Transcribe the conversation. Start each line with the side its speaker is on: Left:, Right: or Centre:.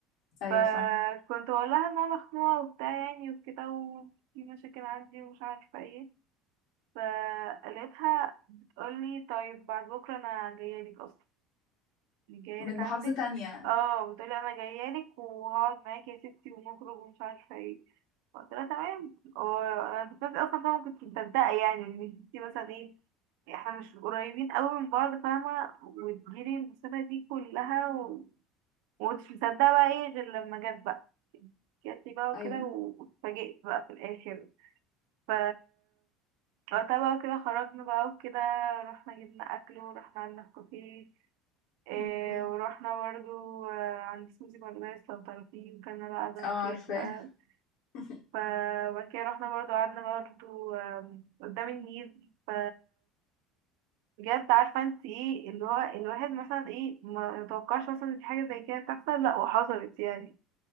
Left: ايوه
Right: فكنت
Left: فاهم
Right: بقول لها ان انا مخنوقه وبتاع يعني وكده وفي مشاكل عندي ومش عارفه ايه فقالتها بتقولي طيب بعد بكره انا جايه لك اصلا يعني جايه
Left: من
Right: لك
Left: محافظة
Right: عندك
Left: تانية
Right: اه بتقولي انا جايه لك وهقعد معاكي يا ستي ونخرج ومش عارفه ايه قلت لها تمام وانا كنت اصلا فاهمه كنت مصدقه يعني ان ستي مثلا ايه احنا مش قريبين قوي من بعض فاهمه وتجيلي المسافه دي كلها ومكنتش مصدقة بقى ايه غير لما جت بقى جات لي بقى وكده
Left: ايوه
Right: واتفاجئت بقى في الآخر ف وقتها بقى كده خرجنا بقى وكده رحنا جبنا أكل ورحنا قعدنا في كافيه إيه
Left: أمم.
Right: ورحنا برضو آه، عند سوزي بردايس لو تعرفيه وكلنا بقى بان
Left: اه
Right: كيك
Left: عارفة
Right: بقى
Left: <laughs>
Right: ف وبعد كده رحنا برضو قعدنا برضو آم، قدام النيل ف بجد عارفة انت ايه اللي هو الواحد مثلا ايه ما يتوقعش مثلا إن في حاجة زي كده تحصل لا وحصلت يعني